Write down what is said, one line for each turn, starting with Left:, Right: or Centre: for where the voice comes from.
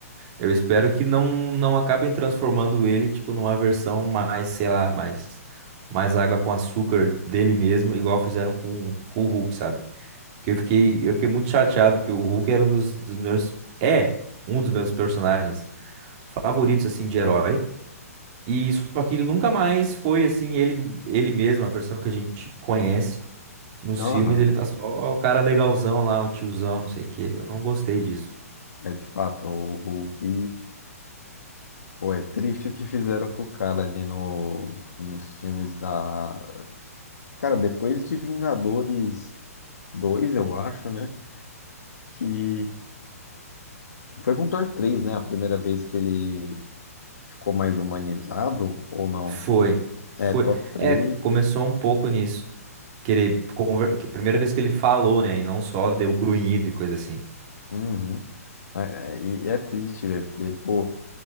Right: Eu espero que não, não acabem transformando ele, tipo, numa versão mais, sei lá, mais, mais água com açúcar dele mesmo, igual fizeram com, com o Hulk, sabe? Que eu fiquei, eu fiquei muito chateado, porque o Hulk era um dos, dos meus, é um dos meus personagens favoritos, assim, de herói. E só que ele nunca mais foi, assim, ele, ele mesmo, a versão que a gente conhece. Nos
Left: Aham.
Right: filmes ele tá só o cara legalzão lá, o tiozão, não sei o quê. Eu não gostei disso.
Left: É de fato o o que Pô, é triste o que fizeram com o cara ali no, nos filmes da. Cara, depois de Vingadores dois, eu acho, né? Que foi com Thor três, né? A primeira vez que ele ficou mais humanizado, ou não?
Right: Foi, foi.
Left: É, Thor três.
Right: É, começou um pouco nisso. Que ele, conver- que primeira vez que ele falou, né? E não só deu grunhido e coisa assim.
Left: Uhum. Mas, é, E e é triste, velho, porque, pô,